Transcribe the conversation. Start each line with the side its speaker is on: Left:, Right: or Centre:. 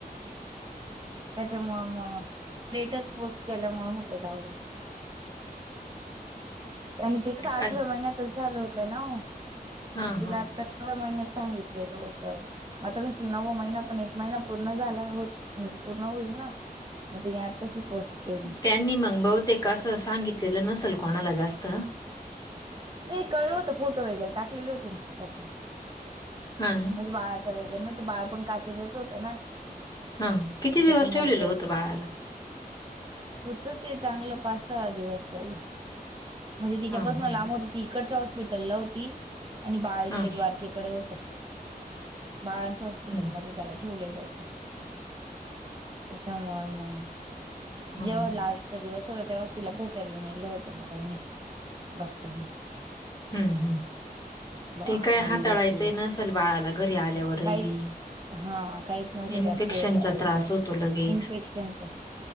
Right: त्याच्यामुळ मग लेटच पोस्ट केल्यामुळे म्हटले जाऊ द्या. आणि त आठव्या
Left: काय?
Right: महिन्यातच झालं होतं ना
Left: हां,
Right: तीला
Left: हां.
Right: आता <unintelligible> महिन्यात सांगितलेलं होत म आता म्हणशील नववा महिना पण एक महिना पूर्ण झाला हो म्हणजे पूर्ण होईल ना. मग तिने आता तशी पोस्ट केली.
Left: त्यांनी मग बहुतेक असं सांगितलेलं नसेल कोणाला जास्त.
Right: नाही कळलं होत फोटो वगैरे टाकले होते इन्स्टाला.
Left: हां
Right: बाळाचा वैगेरे ना तर बाळ पण काचेतच होत ना.
Left: हा किती
Right: त्याच्यामुळे
Left: दिवस ठेवलेलं
Right: स्टेटस
Left: होतं बाळाला?
Right: होत ते चांगलं पाच सहा दिवस तरी. म्हणजे तिच्यापासन
Left: हां, हां,
Right: लांब होत ती इकडच्या हॉस्पिटलला होती. आणि बाळ इकडे
Left: हां.
Right: द्वारकेकडे होत बाळांच्या हॉस्पिटलमध्ये
Left: हं,
Right: त्याला ठेवलेलं होत त्याच्यामुळ मग
Left: हां.
Right: जेव्हा
Left: हां.
Right: ला आजचा दिवस होता तेव्हा तीला भेटायला नेलं होतं मग त्यांनी. डॉक्टर.
Left: हम्म हम्म ते
Right: आधी
Left: काय हाताळायचंय
Right: एक दिवस
Left: नसेल बाळाला घरी आल्यावरही
Right: काहीच
Left: बी.
Right: हा काहीच नव्हतं
Left: इन्फेक्शनचा
Right: जास्त हे करायचं
Left: त्रास होतो लगेच.
Right: इन्फेक्शनच.